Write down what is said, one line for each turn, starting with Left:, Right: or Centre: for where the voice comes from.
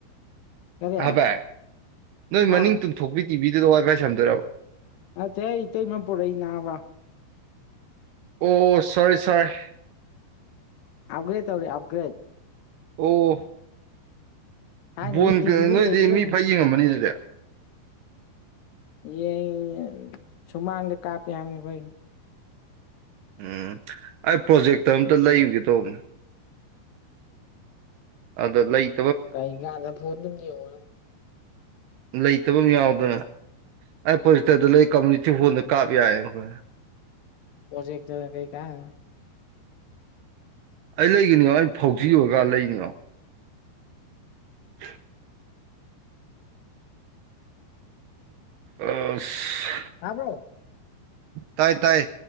Left: ꯀꯔꯤ
Right: ꯍꯕꯥꯏ ꯅꯣꯏ
Left: ꯍꯥ
Right: ꯃꯅꯤꯡ ꯇꯨꯡꯊꯣꯛꯄꯤ ꯇꯤꯚꯤꯗꯨꯗ ꯋꯥꯏ ꯐꯥꯏ ꯁꯝꯗꯣꯏꯔꯕ꯫
Left: ꯅꯠꯇꯦꯍꯦ ꯏꯇꯩꯃ ꯄꯨꯔꯛꯏ ꯅꯥꯕ꯫
Right: ꯑꯣ ꯁꯣꯔꯤ ꯁꯣꯔꯤ꯫
Left: ꯑꯞꯒ꯭ꯔꯦꯠ ꯇꯧꯔꯦ ꯑꯞꯒ꯭ꯔꯦꯠ꯫
Right: ꯑꯣ꯫
Left: ꯊꯥꯏꯅꯗꯤ
Right: ꯕꯣꯟ
Left: ꯇꯤꯚꯤꯕꯨ
Right: ꯀ ꯅꯣꯏꯗꯤ
Left: ꯂꯩꯇꯦꯕꯣ
Right: ꯃꯤ ꯐꯥꯟ ꯌꯦꯡꯉꯝꯑꯅꯤ ꯑꯗꯨꯗꯤ꯫
Left: ꯌꯦꯡ ꯁꯨꯃꯥꯡꯗ ꯀꯥꯞꯄꯦ ꯍꯥꯏꯝꯅꯦ ꯑꯩꯈꯣꯏꯒꯤ꯫
Right: ꯎꯝ ꯑꯩ ꯄ꯭ꯔꯣꯖꯦꯛꯇ ꯑꯝꯇ ꯂꯩꯔꯨꯒꯦ ꯇꯧꯕꯅꯦ꯫ ꯑꯗ ꯂꯩ
Left: ꯀꯩ ꯀꯥꯟꯗ ꯐꯣꯟꯗꯨ ꯌꯦꯡꯉꯣ꯫
Right: ꯂꯩꯇꯕ ꯑꯃ ꯌꯥꯎꯗꯅ ꯑꯩ ꯄ꯭ꯔꯣꯖꯦꯛꯇꯔꯗ ꯂꯩ ꯀꯝꯃꯨꯅꯤꯇꯤ ꯍꯣꯜꯗ ꯀꯥꯞ ꯌꯥꯏ ꯑꯩꯈꯣꯢ꯫
Left: ꯄ꯭ꯔꯣꯖꯦꯛꯇꯒ ꯀꯩ ꯀꯟꯅꯝ ꯅꯣ꯫
Right: ꯑꯩ ꯂꯩꯒꯅꯤꯉꯣ ꯑꯩ ꯐꯧꯖꯤ ꯑꯣꯏꯔꯒ ꯂꯩꯅꯤꯉꯣ꯫ <unintelligible> ꯑꯥꯁ
Left: ꯇꯥꯕ꯭ꯔꯣ꯫
Right: ꯇꯥꯥꯏ ꯇꯥꯏ